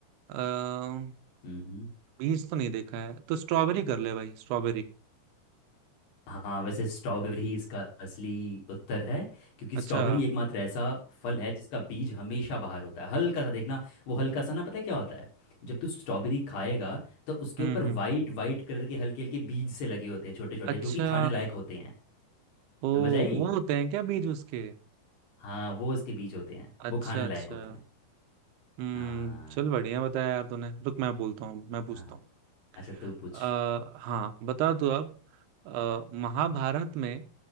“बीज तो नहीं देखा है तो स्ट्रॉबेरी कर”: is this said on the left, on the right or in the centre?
Right